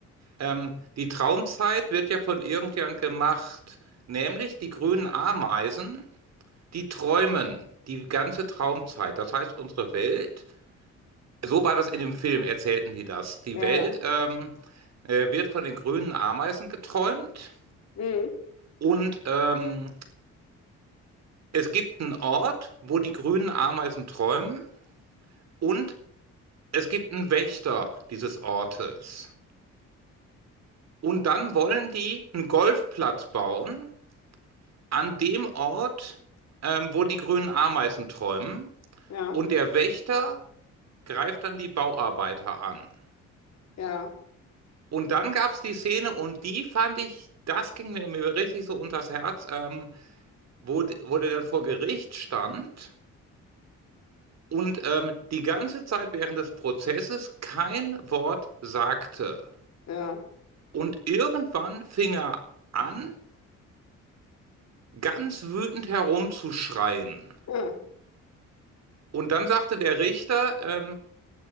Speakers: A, on the right; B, on the left.
A: Ähm, die Traumzeit wird ja von irgendjemand gemacht, nämlich die grünen Ameisen, die träumen die ganze Traumzeit. Das heißt, unsere Welt, so war das in dem Film, erzählten die das. Die
B: Ja,
A: Welt
B: ja.
A: ähm, äh, wird von den grünen Ameisen geträumt
B: Mhm.
A: und ähm, es gibt einen Ort, wo die grünen Ameisen träumen und Es gibt einen Wächter dieses Ortes. Und dann wollen die einen Golfplatz bauen an dem Ort, ähm, wo die grünen Ameisen träumen.
B: Ja,
A: Und der Wächter greift dann die Bauarbeiter an.
B: ja,
A: Und dann gab es die Szene und die fand ich, das ging mir, mir richtig so unters Herz, ähm, wo, wo der dann vor Gericht stand und ähm, die ganze Zeit während des Prozesses kein Wort sagte.
B: ja.
A: Und irgendwann fing er an, ganz wütend herumzuschreien.
B: <laughs>
A: Und dann sagte der Richter, ähm,